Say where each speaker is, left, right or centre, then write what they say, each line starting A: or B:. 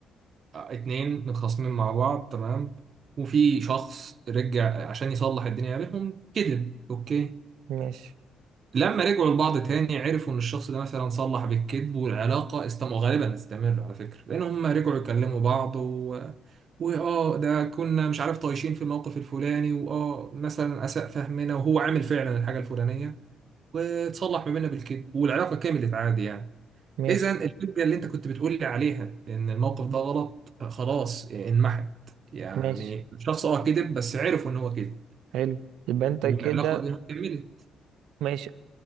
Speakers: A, on the right; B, on the right.
A: اتنين متخاصمين مع بعض تمام وفي شخص رجع عشان يصلح الدنيا بينهم كذب اوكي
B: ماشي
A: لما رجعوا لبعض تاني عرفوا ان الشخص ده مثلا صلح بالكذب والعلاقة استمر غالبا هتستمر على فكرة لان هم رجعوا يكلموا بعض و... واه ده كنا مش عارف طايشين في الموقف الفلاني واه مثلا اساء فهمنا وهو عامل فعلا الحاجة الفلانية وتصلح ما بيننا بالكذب والعلاقة كملت عادي يعني
B: ماشي
A: اذا الحجه اللي انت كنت بتقول لي عليها ان الموقف ده غلط خلاص انمحت يعني
B: ماشي
A: الشخص اه كذب بس عرفوا ان هو كذب
B: حلو يبقى انت
A: والعلاقه
B: كده
A: بينهم كملت
B: ماشي